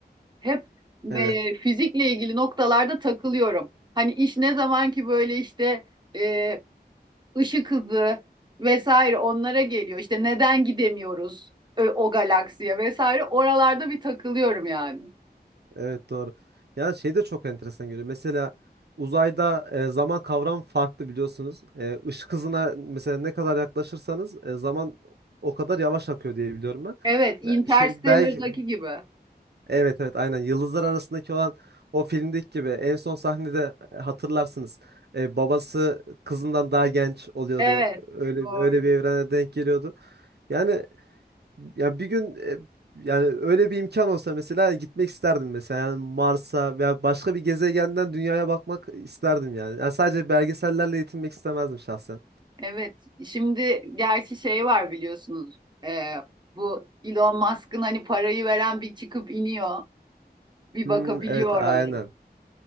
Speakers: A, on the right; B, on the right.
A: Hep
B: Evet.
A: e, fizikle ilgili noktalarda takılıyorum. Hani iş ne zaman ki böyle işte e, ışık hızı vesaire onlara geliyor. İşte neden gidemiyoruz e, o galaksiye vesaire oralarda bir takılıyorum yani.
B: Evet doğru. Yani şey de çok enteresan geliyor. Mesela uzayda e, zaman kavramı farklı biliyorsunuz. E, ışık hızına mesela ne kadar yaklaşırsanız e, zaman o kadar yavaş akıyor diye biliyorum ben.
A: Evet, Interstellar'daki
B: Be- Şey, belki
A: gibi.
B: evet evet aynen yıldızlar arasındaki olan o filmdeki gibi en son sahnede e, hatırlarsınız. E, babası kızından daha genç oluyordu.
A: Evet,
B: Öyle
A: doğru.
B: öyle bir evrene denk geliyordu. Yani ya bir gün e, yani öyle bir imkan olsa mesela gitmek isterdim mesela yani Mars'a veya başka bir gezegenden dünyaya bakmak isterdim yani. Yani sadece belgesellerle yetinmek istemezdim şahsen.
A: Evet, şimdi gerçi şey var biliyorsunuz. E, bu Elon Musk'ın hani parayı veren bir çıkıp iniyor, bir
B: Hmm,
A: bakabiliyor
B: evet
A: oralara.
B: aynen.